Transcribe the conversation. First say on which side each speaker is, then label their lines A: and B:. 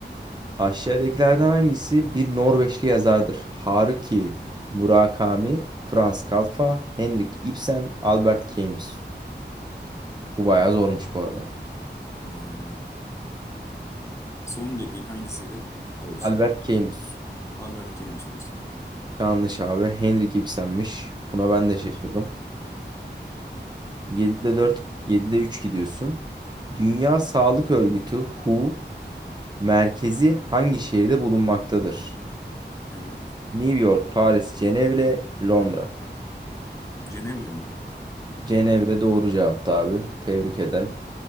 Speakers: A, on the right; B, on the left.
A: Aşağıdakilerden hangisi bir Norveçli yazardır? Haruki Murakami, Franz Kalfa, Henrik Ibsen, Albert Camus. Bu bayağı zormuş bu arada.
B: Ee, son dediğin hangisiydi? O olsun.
A: Albert Camus.
B: Albert Games olsun.
A: Yanlış abi. Henrik Ibsen'miş. Buna ben de şaşırdım. 7'de 4, 7'de 3 gidiyorsun. Dünya Sağlık Örgütü WHO merkezi hangi şehirde bulunmaktadır?
B: Evet.
A: New York, Paris, Cenevre, Londra.
B: Cenevle mi?
A: Cenevre doğru cevaptı abi. Tebrik ederim.